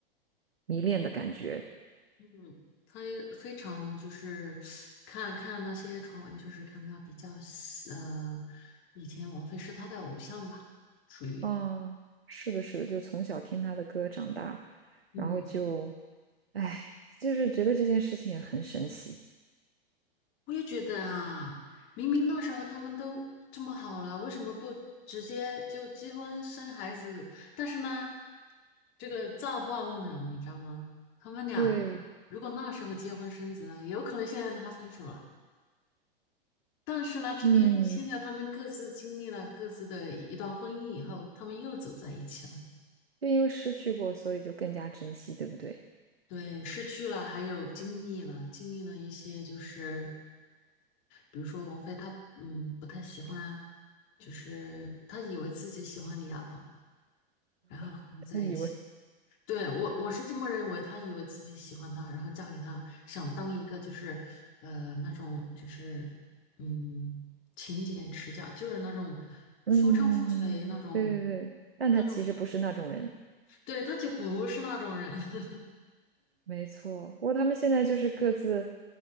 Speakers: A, on the right (about 85°); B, on the left (about 40°).
A: 迷恋的感觉，
B: 嗯，他也非常就是看看那些传闻，就是看他比较呃，以前王菲是他的偶像吧，属于
A: 嗯，是的，是的，就从小听他的歌长大，
B: 嗯，
A: 然后就，哎，就是觉得这件事情也很神奇。
B: 我也觉得啊，明明那时候他们都这么好了，为什么不直接就结婚生孩子？但是呢，这个造化弄人，你知道吗？他们俩
A: 对，
B: 如果那时候结婚生子了，有可能现在他分手了。但是呢，偏偏现在他们各自经历了各自的一段婚姻以后，
A: 嗯，
B: 他们又走在一起了。
A: 就因为失去过，所以就更加珍惜，对不对？
B: 对，失去了，还有经历了，经历了一些，就是比如说王菲她，嗯，不太喜欢，就是她以为自己喜欢李亚鹏，然后和他在一起。
A: <laughs> 他以为，
B: 对，我，我是这么认为，她以为自己喜欢他，然后嫁给他，想当一个就是，呃，那种就是，嗯，勤俭持家，就是那种
A: 嗯，
B: 夫唱妇随那种，
A: 对对对，但他其实不是那种人，
B: 那种，对，他就不是那种人。<laughs>
A: 没错。不过他们现在就是各自，